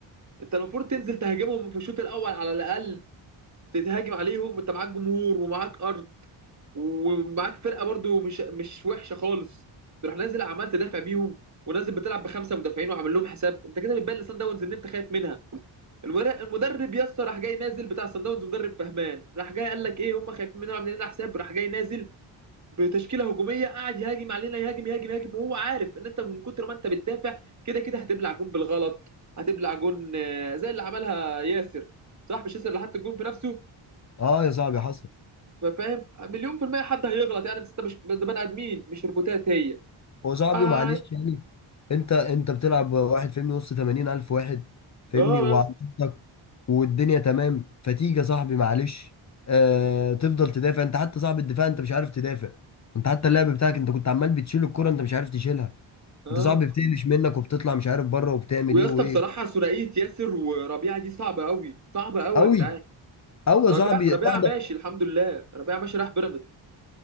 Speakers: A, on the right (about 35°); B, on the left (about 35°).
A: انت المفروض تنزل تهاجمهم في الشوط الاول على الاقل تتهاجم عليهم وانت معاك جمهور ومعاك ارض ومعاك فرقه برضو مش مش وحشه خالص تروح نازل عمال تدافع بيهم ونازل بتلعب بخمسه مدافعين وعامل لهم حساب انت كده بتبان لسان داونز ان انت خايف منها المر- المدرب يا اسطى راح جاي نازل بتاع سان داونز مدرب فهمان راح جاي قال لك ايه هم خايفين مننا عاملين لنا حساب راح جاي نازل بتشكيله هجوميه قاعد يهاجم علينا يهاجم يهاجم يهاجم وهو عارف ان انت من كتر ما انت بتدافع كده كده هتبلع جون بالغلط هتبلع جون آه، زي اللي عملها ياسر صح مش ياسر اللي حط الجون في نفسه
B: اه يا صاحبي حصل
A: فاهم مليون في المية حد هيغلط يعني بس انت مش ده بني ادمين مش روبوتات هي
B: هو صاحبي
A: اه
B: معلش يعني انت انت بتلعب واحد فاهمني وسط 80 الف واحد فاهمني
A: اه
B: وعندك
A: يا اسطى
B: والدنيا تمام فتيجي يا صاحبي معلش آه تفضل تدافع انت حتى صاحب الدفاع انت مش عارف تدافع انت حتى اللعب بتاعك انت كنت عمال بتشيل الكرة انت مش عارف تشيلها
A: اه
B: انت صاحبي بتقلش منك وبتطلع مش عارف بره وبتعمل
A: ويا
B: ايه
A: اسطى
B: وايه
A: بصراحة ثنائية ياسر وربيعة دي صعبة قوي صعبة قوي
B: قوي
A: يا جدعان
B: قوي يا
A: ربيعة
B: صاحبي
A: ربيعة
B: واحدة
A: ماشي الحمد لله ربيعة ماشي راح بيراميدز